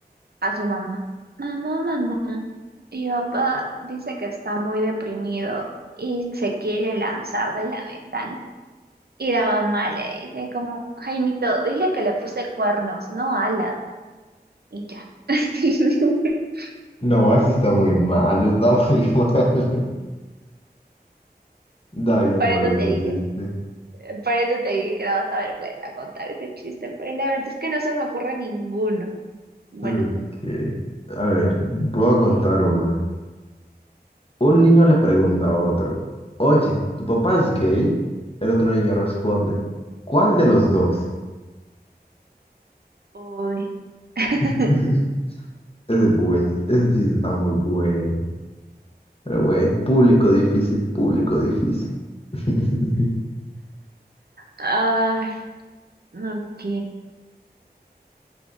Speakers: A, on the right; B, on the left.
A: a su mamá, mamá, mamá, mi papá dice que está muy deprimido y se quiere lanzar de la ventana. Y la mamá le dice como, Jaimito, dile que le puse cuernos, no alas, y ya. <laughs>
B: No, ese está muy mal, está muy <laughs> mal. Da bien
A: Por
B: mal
A: eso
B: ese
A: te dije,
B: chiste.
A: por eso te dije que daba hasta vergüenza contar ese chiste, pero la verdad es que no se me ocurre ninguno. Bueno,
B: Ok. A ver, voy
A: ay,
B: a contar uno. Un
A: ay,
B: niño le pregunta a otro, oye, ¿tu papá es gay? El otro niño responde, ¿cuál de los dos?
A: Uy. <laughs>
B: <laughs> Ese, es buen, ese chiste está muy bueno. Pero bueno, público difícil, público difícil. <laughs>
A: Ay, ok.